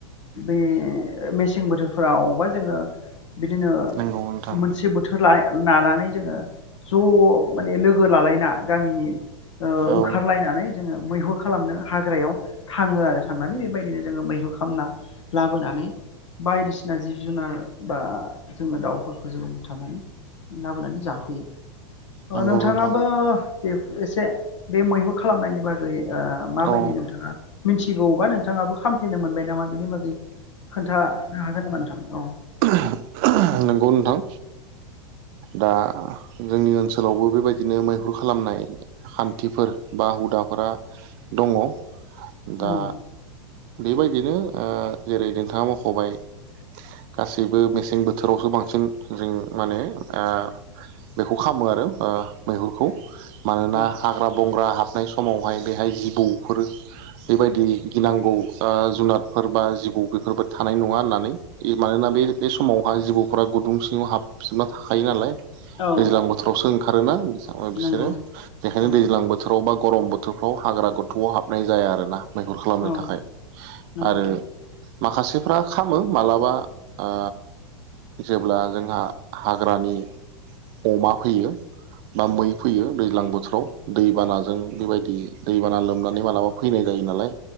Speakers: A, on the left; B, on the right.
A: बे ओ मेसें बोथोरफ्राव बा जोङो बिदिनो
B: नंगौ नोंथां
A: मोनसे बोथो होरलाय नालानै जोङो ज' माने लोगो लालायना गामिनि ओ ओंखारलायनानै
B: औ
A: जोङो मैहुर खालामनो हाग्रायाव थाङो आरो थांनानै बेबायदिनो जोङो मैहुर खामना लाबोनानै बायदिसिना जिब जुनार बा जोङो दाउफोरखौ जोङो बुथारनानै लाबोनानै जाफैयो
B: नंगौ
A: ओ नोंथाङाबो
B: नोंथां
A: बे एसे बे मैहुर खालामनायनि बागै ओ माबायदि
B: औ
A: नोंथाङा मिथिगौबा नोंथाङाबो खामफेनो मोनबाय नामा बेनि बागै खोन्थानो हागोन नामा नोंथां औ
B: <unintelligible> नोंगौ नोंथां दा जोंनि ओनसोलावबो बेबायदिनो मैहुर खालामनाय खान्थिफोर बा हुदाफोरा दङ
A: औ
B: दा बेबायदिनो ओ जेरै नोंथाङा मख'बाय गासैबो मेसें बोथोरावसो बांसिन जों माने आ बेखौ खाम्मो आरो ओ मैहुरखौ मानोना
A: औ
B: हाग्रा बंग्रा हाबनाय स समावहाय बेहाय जिबौफोरो बेबायदि गिनांगौ आ जुनादफोर बा जिबौ बेफोरबाय थानाय नङा होननानै इ मानोना बे बे समावहाय जिबौफोरा गुदुं सिङाव हाबजोबना थाखायो नालाय
A: औ
B: दैज्लां बोथोरावसो ओंखारोना बिसो बिसोरो
A: नंगौ
B: बेखायनो
A: औ
B: दैज्लां बोथो बोथोराव बा गरम बोथोरफ्राव हाग्रा गोथौआव हाबनाय जाया आरोना मैहुर खालामनो
A: औ
B: थाखाय
A: नंगौ
B: आरो माखासेफ्रा खामो मालाबा आ जेब्ला जोंहा हाग्रानि अमा फैयो बा मै फैयो दैज्लां बोथोराव दैबानाजों बेबायदि दैबाना लोमनानै मालाबा फैनाय जायो नालाय